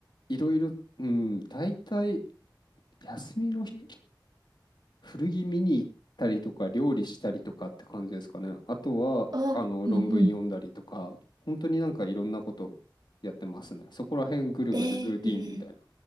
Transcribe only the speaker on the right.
あ、
うんうん。
えー、